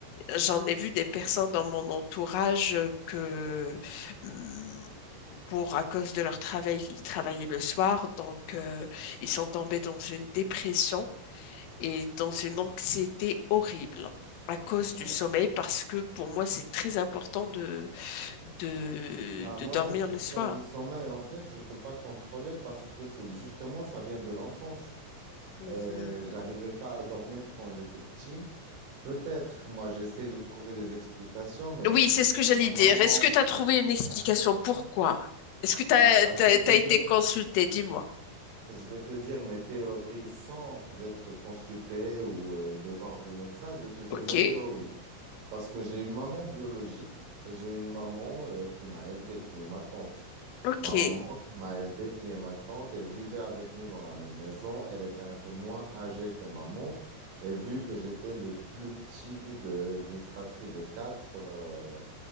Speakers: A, on the left; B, on the right.
A: j'en ai vu des personnes dans mon entourage euh, que hum, pour à cause de leur travail, ils travaillaient le soir, donc euh, ils sont tombés dans une dépression et dans une anxiété horrible à cause
B: Ouais.
A: du sommeil parce que pour moi c'est très important de, de,
B: Bah,
A: de
B: moi,
A: dormir
B: cette question
A: le soir.
B: de sommeil, en fait, je peux pas contrôler parce que c'est justement, ça vient de l'enfance.
A: Mmh.
B: Et j'arrivais pas à dormir quand j'étais petit. Peut-être, moi, j'essaye de trouver des explications, mais
A: Oui, c'est ce que j'allais
B: ma
A: dire.
B: maman,
A: Est-ce que tu as trouvé une explication?
B: bah,
A: Pourquoi? Est-ce que tu as,
B: bah, bah, je vais te dire,
A: été consulté? Dis-moi.
B: je vais te dire mes théories sans être consulté ou euh, devoir de médecin, je vais te dire
A: Ok,
B: mes théories. Parce que j'ai une maman biologique et j'ai une maman euh, qui m'a élevé, qui est ma tante.
A: ok,
B: Ma maman qui m'a élevé, qui est ma tante, elle vivait avec nous dans la même maison. Elle était un peu moins âgée que maman. Et vu que j'étais le plus petit de, d'une fratrie de quatre euh,